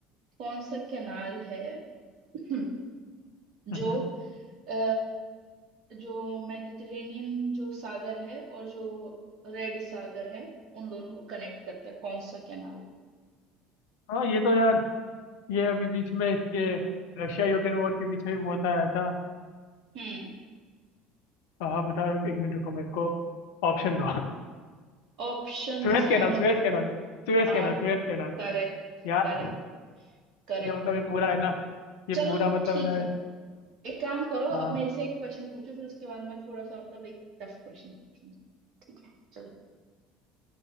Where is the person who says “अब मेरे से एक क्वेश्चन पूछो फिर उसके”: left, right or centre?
Right